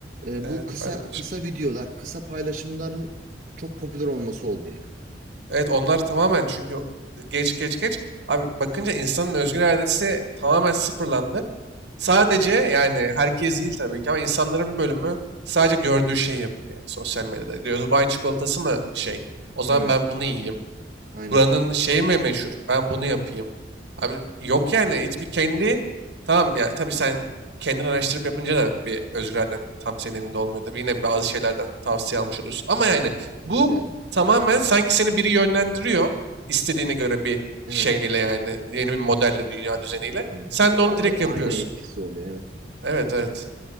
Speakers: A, on the right; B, on the right.
A: e,
B: Evet
A: bu kısa
B: ben de bir
A: kısa
B: şey.
A: videolar, kısa paylaşımların çok popüler olması oldu yani.
B: Evet onlar tamamen çünkü geç geç geç. Abi bakınca insanın özgür iradesi tamamen sıfırlandı. Sadece yani
A: Hı
B: herkes
A: hı.
B: değil tabii ki ama insanların bir bölümü sadece gördüğü şeyi yapıyor. Yani sosyal medyada diyor Dubai çikolatası mı şey? O zaman
A: Evet,
B: ben bunu yiyeyim.
A: aynen.
B: Buranın şeyi mi meşhur? Ben bunu yapayım. Abi
A: Hı hı.
B: yok yani hiçbir kendi tamam ya tabii sen kendin araştırıp yapınca da bir özgürlerden tam senin elinde olmuyor. Tabii yine bazı şeylerden tavsiye almış olursun. Ama yani bu
A: Yani,
B: tamamen sanki seni biri yönlendiriyor istediğine göre bir
A: evet.
B: şeyle yani yeni bir modelle dünya düzeniyle.
A: Hı hı.
B: Sen de onu
A: Tam
B: direkt
A: bir ayna
B: yapıyorsun.
A: etkisi oluyor evet.
B: Evet evet.